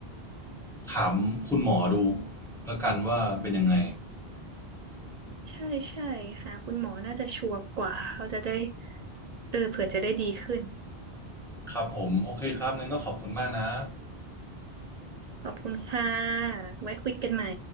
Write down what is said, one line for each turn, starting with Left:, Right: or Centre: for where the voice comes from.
Centre: ถามคุณหมอดูแล้วกันว่าเป็นยังไง
Right: ใช่ใช่หาคุณหมอน่าจะชัวร์กว่าเขาจะได้เออเผื่อจะได้ดีขึ้น
Centre: ครับผม โอเคครับนั้นก็ขอบคุณมากนะ
Right: ขอบคุณค่ะไว้คุยกันใหม่